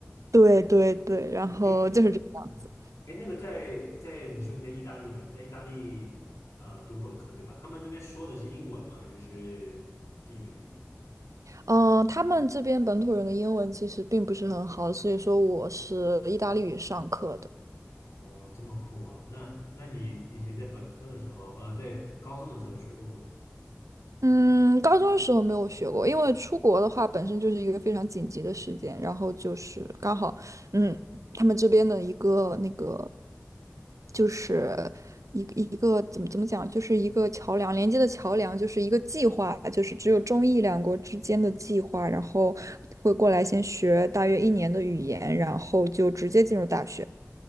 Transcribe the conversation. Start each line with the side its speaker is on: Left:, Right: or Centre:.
Right: 对对对，然后就是这个样子。
Left: 哎，嗯哎，那个在在你说你在意大利嘛？你在意大利呃读本科对吧？他们那边说的是英文吗？还是是自己的语言？
Right: 嗯、他们这边本土人的英文其实并不是很好，所以说我是意大利语上课的。
Left: 哦，这么酷啊！那那你以前在本科的时候，呃，在高中的时候有学过吗？
Right: 嗯，高中的时候没有学过，因为出国的话本身就是一个非常紧急的时间，然后就是刚好，嗯，他们这边的一个那个，就是一个一个怎么怎么讲，就是一个桥梁连接的桥梁，就是一个计划，就是只有中意两国之间的计划，然后会过来先学大约一年的语言，然后就直接进入大学。